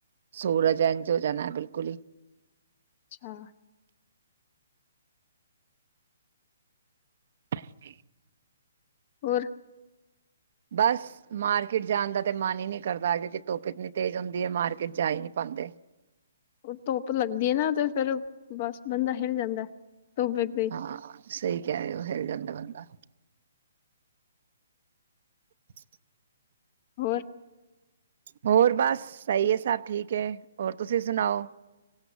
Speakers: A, on the right; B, on the left.
A: ਸੂਰਜ ਇੰਜ ਹੋ ਜਾਣਾ ਬਿਲਕੁਲ ਹੀ-
B: ਅੱਛਾ-
A: ਹਾਂਜੀ।
B: ਹੋਰ-
A: ਬਸ ਮਾਰਕੀਟ ਜਾਣ ਦਾ ਤੇ ਮਨ ਹੀ ਨੀ ਕਰਦਾ। ਤੁੱਪ ਇਤਨੀ ਤੇਜ਼ ਹੁੰਦੀ ਹੈ ਮਾਰਕਿਟ ਜਾ ਹੀ ਨੀ ਪਾਂਦੇ।
B: ਧੁੱਪ ਲਗਦੀ ਏ ਨਾ ਤੇ ਫੇਰ ਬਸ ਬੰਦਾ ਹਿਲ ਜਾਂਦਾ। ਧੁੱਪ ਵੇਖਦੇ ਹੀ
A: ਹਾਂ ਸਹੀ ਕਹਿ ਰੇ ਹੋ ਹਿਲ ਜਾਂਦਾ ਬੰਦਾ। <inaudible>
B: ਹੋਰ-
A: ਹੋਰ ਬਸ ਸਹੀ ਹੈ ਸਭ ਠੀਕ ਹੈ ਹੋਰ ਤੁਸੀਂ ਸੁਣਾਓ।